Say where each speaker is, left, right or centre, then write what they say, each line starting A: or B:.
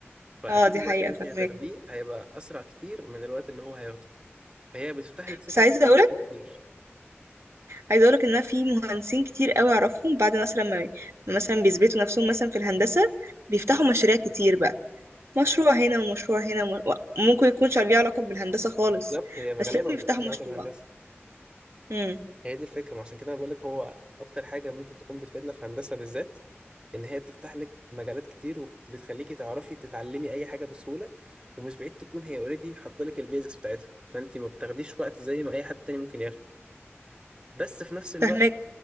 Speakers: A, on the right (about 20°); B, on the right (about 70°).
A: فاكيد
B: اه دي
A: الوقت
B: حقيقة
A: اللي انت
B: فاهمك
A: هتاخديه هيبقى اسرع كتير من الوقت اللي هو هياخده فهي بتفتح لك سكك
B: بس عايزة اقول
A: كتير
B: عايزه اقولك ان انا في مهندسين كتير قوي اعرفهم بعد مثلا ما ما مثلا بيثبتوا نفسهم مثلا في الهندسه بيفتحوا مشاريع كتير بقى مشروع هنا ومشروع هنا وم- وممكن يكونش ليه علاقه بالهندسه خالص
A: بالظبط هي غالبا
B: بس لازم
A: ما
B: يفتحوا
A: بتبقاش ليها
B: مشروع
A: علاقة بهندسة
B: امم
A: هي دي الفكرة ما عشان كده انا بقول لك هو اكتر حاجة ممكن تكون بتفيدنا في هندسة بالذات ان هي بتفتح لك مجالات كتير وبتخليكي تعرفي تتعلمي اي حاجة بسهولة ومش بعيد تكون هي اوريدي حاطه لك البيزكس بتاعتها فانت ما بتاخديش وقت زي ما اي حد تاني ممكن ياخد بس في نفس الوقت
B: فهمك